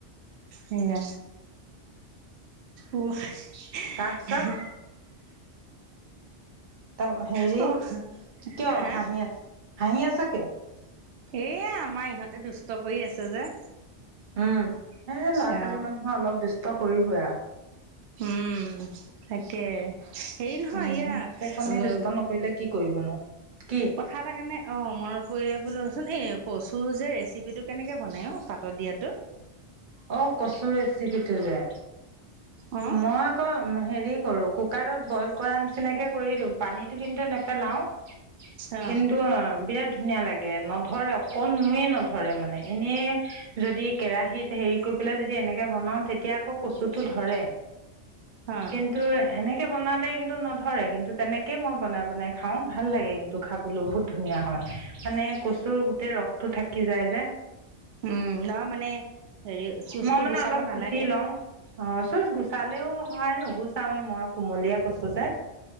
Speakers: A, on the right (about 70°); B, on the right (about 45°).
A: সেয়া উ হে
B: তাৰপিছত? ত' হেৰি
A: সা অ
B: কিয়
A: হা
B: হাঁহি আছ, হাঁহি আছ কিয়?
A: এয়া আমাৰ ইহঁতে দুষ্ট কৰি আছে যে
B: উম সেই ল'ৰা
A: অ
B: ছোৱালী মানুহে অলপ দুষ্ট কৰিবই আৰু
A: উম তাকে হেৰি নহয়
B: উম,
A: এয়া
B: সেইকণে
A: উ
B: দুষ্ট নকৰিলে কি কৰিবনো? কি?
A: কথা এটা কাৰণে অঁ মনত পৰিলে বোলো ৰচোন এই কচু যে ৰেচিপিটো কেনেকৈ বনায় অ পাতত দিয়াটো
B: অ কচু ৰেচিপিটো যে
A: অ
B: মই আকৌ হেৰি কৰো কুকাৰত বইল কৰা নিচিনাকে কৰি দিওঁ পানীটো কিন্তু নেপেলাও
A: অ
B: কিন্তু বিৰাট ধুনীয়া লাগে নধৰে অকণোৱে নধৰে মানে এনেই যদি কেৰাহীত হেৰি কৰি পেলাই যদি এনেকে বনাও তেতিয়া আকৌ কচুটো ধৰে
A: হা
B: কিন্তু সেনেকে বনালে কিন্তু নধৰে কিন্তু তেনেকে মই বনাই বনাই খাও ভাল লাগে কিন্তু খাবলৈ বহুত ধুনীয়া হয় মানে কচুৰ গোটেই ৰসটো থাকি যায় যে
A: উম নহ মানে হেৰি চুজটো
B: মই মানে
A: গুচাব
B: অলপ
A: নালাগে
B: কুটি লওঁ অ চুজ গুচালেও হয় নুগুচাওৱেই মই কুমলিয়া কচু যে